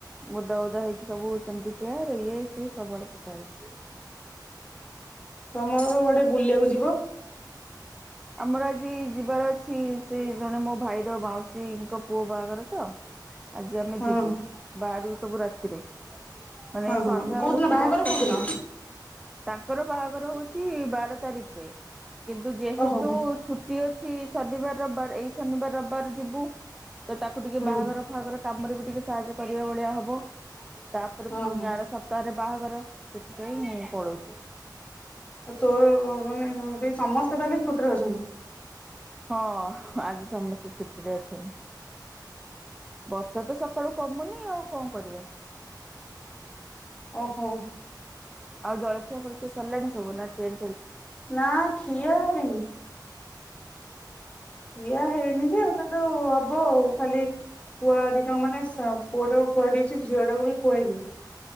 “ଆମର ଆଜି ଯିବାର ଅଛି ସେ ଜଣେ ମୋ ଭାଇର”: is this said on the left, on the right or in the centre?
Centre